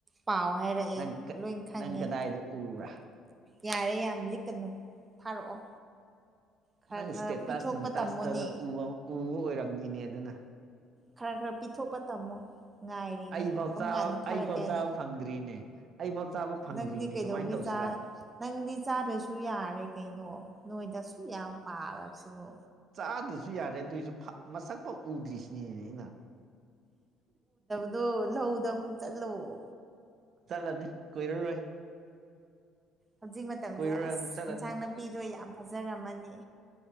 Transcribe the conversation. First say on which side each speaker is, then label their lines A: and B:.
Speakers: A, on the right; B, on the right.
A: ꯄꯥꯎ ꯍꯥꯏꯔꯛꯑꯦ
B: ꯅꯪ
A: ꯂꯣꯏ ꯈꯪꯉꯦ
B: ꯅꯪ ꯀꯗꯥꯏꯗ ꯎꯕ꯭ꯔꯥ
A: ꯌꯥꯔꯦ ꯌꯥꯝ ꯂꯤꯛꯀꯅꯨ ꯊꯥꯔꯛꯑꯣ ꯈꯔ
B: ꯅꯪ
A: ꯈꯔ
B: ꯏ꯭ꯁꯇꯦ
A: ꯄꯤꯊꯣꯛꯄ
B: ꯇꯁ ꯅꯨꯡ ꯇꯖꯇꯒ
A: ꯇꯝꯃꯣꯅꯦ
B: ꯎꯕ ꯎꯕ ꯑꯣꯏꯔꯝꯅꯤꯅꯦ ꯑꯗꯨꯅ
A: ꯈꯔ ꯈꯔ ꯄꯤꯊꯣꯛꯄ ꯇꯝꯃꯣ ꯉꯥꯏꯔꯤꯅꯦ
B: ꯑꯩꯐꯥꯎ
A: ꯀꯔꯝ
B: ꯆꯥꯕ
A: ꯀꯥꯟꯗ ꯊꯥꯔꯛꯀꯦꯅꯣ
B: ꯑꯩꯐꯥꯎ ꯆꯥꯕ ꯐꯪꯗ꯭ꯔꯤꯅꯦ ꯑꯩꯐꯥꯎ ꯆꯥꯕ ꯐꯪꯗ꯭ꯔꯤꯅꯦ
A: ꯅꯪꯗꯤ ꯀꯩꯗꯧꯕꯩ
B: ꯀꯃꯥꯏꯅ ꯇꯧꯁꯤꯔꯥ
A: ꯆꯥ ꯅꯪꯗꯤ ꯆꯥꯗ꯭ꯔꯥꯁꯨ ꯌꯥꯔꯦ ꯀꯩꯅꯣ ꯅꯣꯏꯗꯁꯨ ꯌꯥꯝ ꯄꯥꯂꯁꯤꯕꯣ
B: ꯆꯥꯗ꯭ꯔꯥꯁꯨ ꯌꯥꯔꯦ ꯑꯗꯨꯏꯁꯨ ꯐꯥꯛ ꯃꯁꯛ ꯐꯥꯎ ꯎꯗ꯭ꯔꯤꯁꯤꯅꯤꯅꯦ ꯑꯩꯅ
A: ꯑꯗꯣ ꯂꯧꯗ ꯑꯃꯨꯛ ꯆꯠꯂꫭ
B: ꯆꯠꯂꯅꯤ ꯀꯨꯏꯔꯔꯣꯏ
A: ꯍꯧꯖꯤꯛ ꯃꯇꯝꯁꯦ
B: ꯀꯨꯏꯔꯔꯣꯏ
A: ꯑꯁ
B: ꯑꯃꯨꯛ ꯆꯠꯂꯅꯤ
A: ꯏꯟꯁꯥꯡ ꯅꯥꯄꯤꯗꯣ ꯌꯥꯝ ꯐꯖꯔꯝꯃꯅꯤ